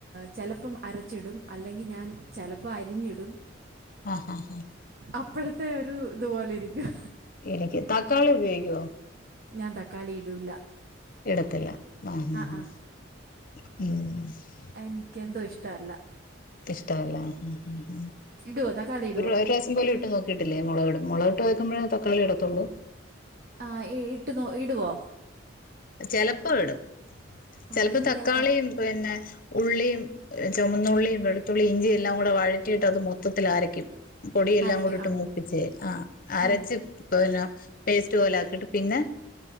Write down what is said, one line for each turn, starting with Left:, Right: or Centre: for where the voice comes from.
Right: ചിലപ്പം അരച്ചിടും അല്ലെങ്കിൽ ഞാൻ ചിലപ്പോൾ അരിഞ്ഞിടും
Left: ആഹ് ആഹ് ആഹ്
Right: അപ്പോഴത്തെ ഒരു ഇതുപോലെ ഇരിക്കും
Left: എനിക്ക് തക്കാളി ഉപയോഗിക്കോ
Right: ഞാൻ തക്കാളി ഇടൂല
Left: ഇടത്തില്ല ആഹ്
Right: ആ ആ
Left: ഉം
Right: എനിക്കെന്തോ ഇഷ്ടമല്ല
Left: ഇഷ്ടവല്ലാ ഉം ഉം
Right: ഇടുവോ തക്കാളി ഇടുവോ
Left: ഒരുവസം പോലെ ഇട്ട് നോക്കിട്ടില്ലേ മുളകട മുളക ഇട്ട് വക്കുമ്പോ തക്കളി ഇടത്തുള്ളൂ
Right: ആഹ് ഇട്ട് നോ ഇടുവോ
Left: ചെലപ്പോ ഇടും
Right: ആ
Left: ചിലപ്പോ
Right: എനിക്ക്
Left: തക്കാളിയും
Right: ആ ത-
Left: പിന്നെ ഉള്ളിയും ചുവന്നുള്ളിയും വെളുത്തുള്ളിയും ഇഞ്ചിയും എല്ലാം കൂടെ വഴറ്റിട്ട് അത് മൊത്തത്തിലരയ്ക്കും പൊടിയെല്ലാം
Right: അരയ്ക്കും
Left: കൂടിട്ട്
Right: ആ
Left: മൂപ്പിച്ചേ ആഹ് അരച്ചു
Right: ഉം.
Left: ന്നെ പേസ്റ്റ് പോലെ ആക്കിയിട്ട് പിന്നെ